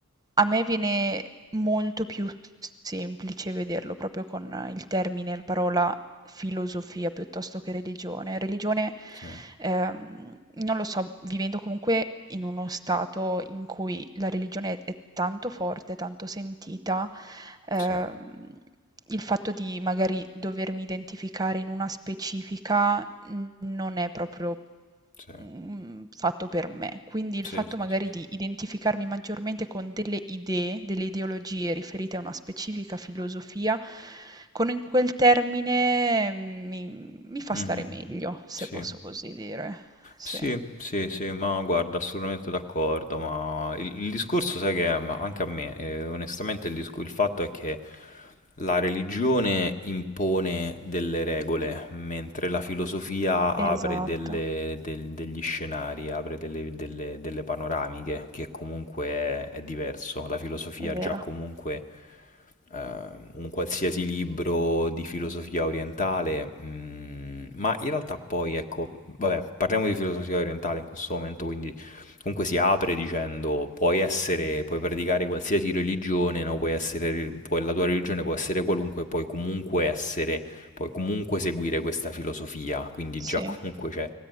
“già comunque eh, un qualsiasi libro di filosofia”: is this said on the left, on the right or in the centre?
Left